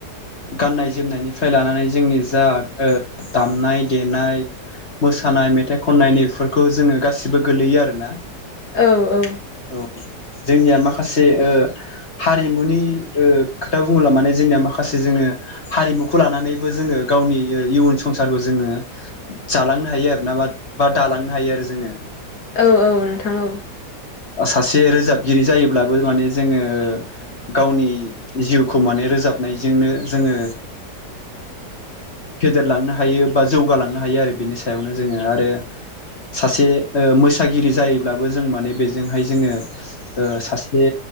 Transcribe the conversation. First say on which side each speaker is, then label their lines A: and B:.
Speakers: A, on the left; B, on the left.
A: गाननाय जोमनायनिफ्राय लानानै जोंनि जा दामनाय देनाय मोसानाय मेथाइ खननाय नैफोरखौ जोङो गासिबो गोलैयो आरोना
B: औ औ
A: औ जोंनिया माखासे हारिमुनि खोथा बुङोब्ला माने जोंनिया माखासे जोङो हारिमुखौ लानानैबो जोङो गावनि इयुन संसारखौ जोङो जालांनो हायो आरोना बा दालांनो हायो आरो जोङो
B: औ औ नोंथां औ
A: सासे रोजाबगिरि जायोब्लाबो माने जोङो गावनि जिउखौ माने रोजाबनायजोंनो जोङो फेदेरलांनो हायो बा जौगालांनो हायो आरो बेनि सायावनो जोङो आरो सासे मोसागिरि जायोब्लाबो जों माने बेजोंहाय जोङो सासे